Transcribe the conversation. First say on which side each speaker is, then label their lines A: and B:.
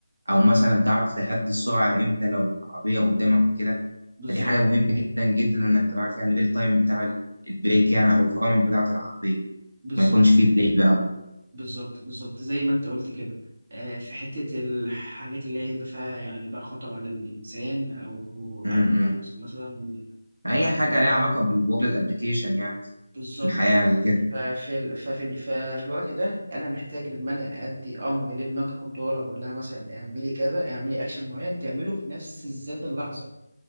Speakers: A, on the right (about 80°); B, on the right (about 40°).
A: او
B: ب-
A: مثلا تعرف تهدي السرعة امتى لو عربية قدامك وكده
B: بالظبط
A: فدي حاجة مهمة جدا جدا انك تراعي فيها الريل تايم بتاع ال- البريك يعني او الفرامل بتاعة العربية
B: بالظبط
A: ما يكونش فيه ديلي بقى
B: بالظبط بالظبط زي ما أنت قلت كده آه، في حتة الحاجات اللي هي بقى فيها يعني بقى خطر على الإنسان أو
A: امم
B: أو مثلا
A: اي حاجة ليها علاقة بالورلد ابلكيشن يعني
B: بالظبط
A: في الحياة
B: آه.
A: وكده
B: ففي ال... ففي ال... ففي الوقت ده انا محتاج لما انا ادي امر للمايكرو كنترولر اقول لها مثلا اعملي كذا اعملي اكشن معين تعمله في نفس ذات اللحظه